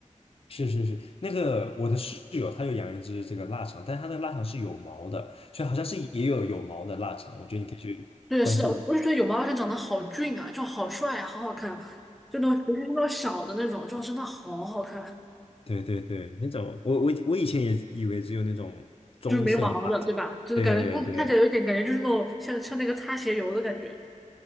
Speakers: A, on the left; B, in the centre.
A: 是是是，那个我的室友他有养一只这个腊肠，但是他的腊肠是有毛的，所以好像是也有有毛的腊肠，我觉得你可以去关注。
B: 对，是的，我我就觉得有毛老师长得好俊啊，就好帅啊，好好看，就那种尤其是那种小的那种，就真的好好看，
A: 对对对，那种我我我以前也以为只有那种棕色的吧，
B: 就是没毛的，对吧？就是感觉看看起来有一点感觉就是那种像像那个擦鞋油的感觉。
A: 对对，